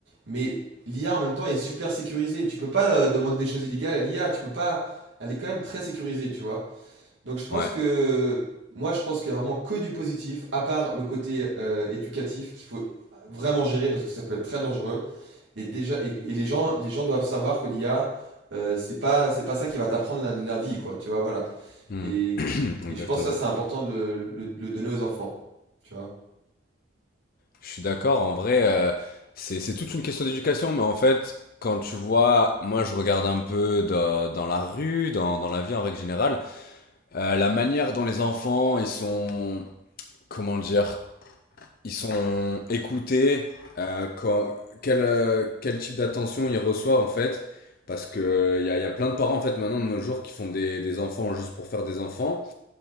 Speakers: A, on the right; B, on the left.
A: mais l'IA, en même temps, est super sécurisée. Tu peux pas euh, demander des choses illégales à l'IA, tu peux pas... Elle est quand même très sécurisée, tu vois. Donc je pense
B: ouais.
A: que moi je pense qu'il y a vraiment que du positif, à part le côté euh, éducatif qu'il faut vraiment gérer parce que ça peut être très dangereux. Et déjà, et, et les gens, les gens doivent savoir que l'IA, euh, c'est pas, c'est pas ça qui va t'apprendre la, la vie, quoi. Tu vois, voilà.
B: Mhm.
A: Et,
B: <clears throat>
A: et
B: Exactement.
A: je pense que ça c'est important de le, le- de le donner aux enfants. Tu vois.
B: Je suis d'accord, en vrai, euh, c'est, c'est toute une question d'éducation, mais en fait, quand tu vois, moi je regarde un peu dans, dans la rue, dans, dans la vie en règle générale, euh, la manière dont les enfants, ils sont, comment dire, ils sont écoutés, euh, quand- quel, euh, quel type d'attention ils reçoivent en fait, parce que il y a, y a plein de parents en fait maintenant de nos jours qui font des, des enfants juste pour faire des enfants.